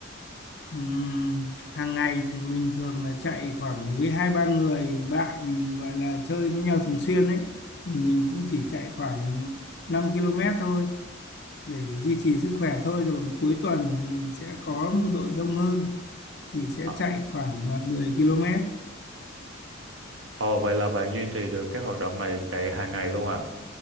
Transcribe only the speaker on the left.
Ừ, hàng ngày thì mình thường là chạy khoảng với hai ba người bạn gọi là chơi với nhau thường xuyên ấy, thì mình cũng chỉ chạy khoảng 5 km thôi. để duy trì sức khỏe thôi rồi cuối tuần thì mình sẽ có một đội đông hơn thì sẽ
chạy khoảng à, 10 km